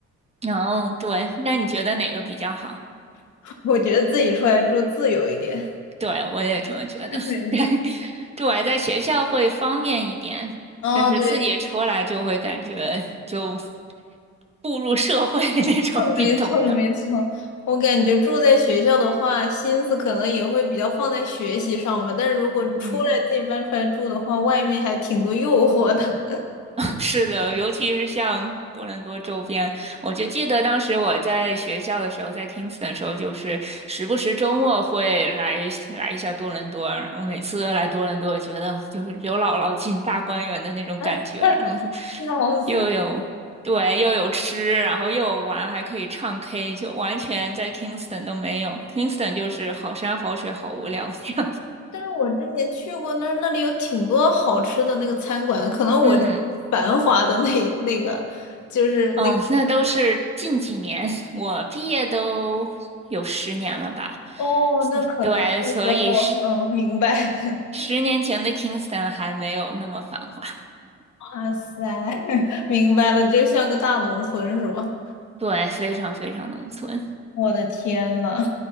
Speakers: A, on the right; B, on the left.
A: 哦，对，那你觉得哪个比较好？
B: <laughs> 我觉得自己出来住自由一点。
A: 对，我也这么觉得。
B: <laughs> 没错，
A: <laughs> 对，对，我在学校会方便一点，
B: 哦，
A: 但是自己出来就会感觉就
B: 对，
A: 步入社会 <laughs> 那种，
B: <laughs> 没错没错。
A: 你懂的。
B: 我感觉住在学校的话，心思可能也会比较放在学习上吧。但是如果出来自己搬出来住的话，
A: 嗯。
B: 外面还挺多诱惑的，
A: 是的，尤其是像多伦多周边，我就记得当时我在学校的时候，在 Kingston 的时候，就是时不时周末会来来一下多伦多。然后每次来多伦多，我觉得就是刘姥姥进大观园的那种感觉，
B: <laughs>
A: 然后
B: 笑死。
A: 又有对，又有吃，然后又有玩，还可以唱 K，就完全在 Kingston 都没有。Kingston 就是好山好水好无聊这样。
B: 但是我之前去过那儿，那里有挺多好吃的那个餐馆的，可能我去繁华的那一
A: <laughs> 嗯。
B: <laughs> 那个就是那个
A: 嗯，那都是近几年，我毕业都有十年了吧？
B: 哦，那可能是时候，
A: 对，所以十
B: 嗯，明白。<laughs>
A: 十年前的 Kingston 还没有那么繁华，
B: 哇塞，<laughs> 明白了，就像个大农村是吧？
A: 对，非常非常农村。
B: 我的天呐！